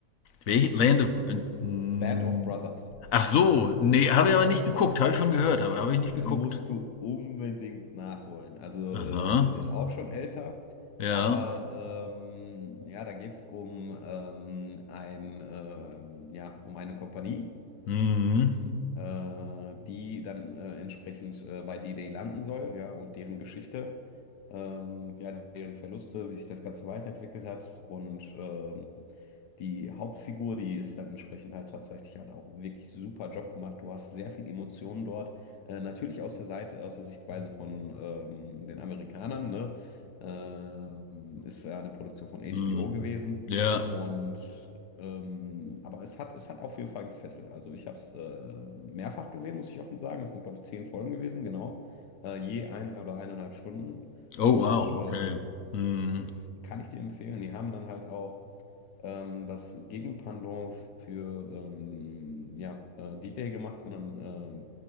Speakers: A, on the left; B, on the left.
A: Welche Land of... hm.
B: Band of Brothers.
A: Ach so, nee, habe ich aber nicht geguckt, habe ich schon gehört, aber habe ich nicht geguckt.
B: musst du unbedingt nachholen. Also
A: Aha,
B: äh, ist auch schon älter,
A: ja.
B: aber ähm, ja, da geht es um ähm, ein ähm, ja um eine Kompanie,
A: Mhm.
B: äh, die dann äh, entsprechend äh, bei D-Day landen soll, ja, und deren Geschichte, ähm, ja, deren Verluste, wie sich das Ganze weiterentwickelt hat und ähm, die Hauptfigur, die ist dann entsprechend halt tatsächlich, hat auch wirklich super Job gemacht. Du hast sehr viel Emotionen dort. Äh, natürlich aus der Seite, aus der Sichtweise von ähm, den Amerikanern, ne? Ähm, ist ja eine Produktion von HBO
A: Mhm.
B: gewesen.
A: Ja.
B: Und ähm, aber es hat, es hat auf jeden Fall gefesselt. Also ich habe es äh, mehrfach gesehen, muss ich offen sagen. Das sind, glaube ich, zehn Folgen gewesen, genau. Äh, je eine oder eineinhalb Stunden.
A: Oh
B: Und
A: wow,
B: äh,
A: okay. Mhm.
B: kann ich dir empfehlen. Die haben dann halt auch ähm, das Gegenpendant für ähm, ja, äh, D-Day gemacht, sondern äh,